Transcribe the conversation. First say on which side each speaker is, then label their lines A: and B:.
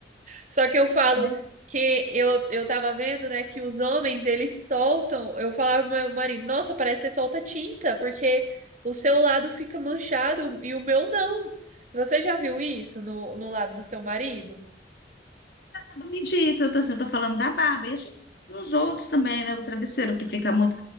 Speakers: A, on the right; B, on the left.
A: Só que eu falo
B: <laughs> né?
A: que eu, eu tava vendo, né, que os homens, eles soltam. Eu falava pro meu marido, nossa, parece que você solta tinta, porque o seu lado fica manchado e o meu não. Você já viu isso no, no lado do seu marido?
B: Não me diz, eu tô assim, eu tô falando da barba, e a gente- nos outros também, né? O travesseiro que fica muito.